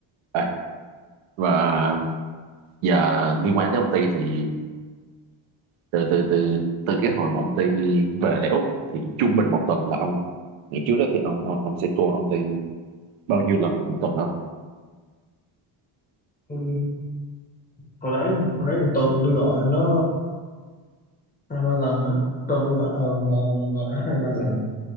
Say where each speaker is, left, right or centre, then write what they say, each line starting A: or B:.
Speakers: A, on the right; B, on the left.
A: Ê, và giờ liên quan tới ông Ti thì từ từ từ từ cái hồi mà ông Ti về lại Úc thì trung bình một tuần là ông ngày trước đó thì ông ông, ông sẽ call ông Ti bao nhiêu lần một tuần không
B: Ừ, hồi đấy hồi đấy thì tuần tôi gọi nó ờ, hai ba lần á tuần tôi gọi nó ừ, gọi, gọi, gọi nó hai ba lần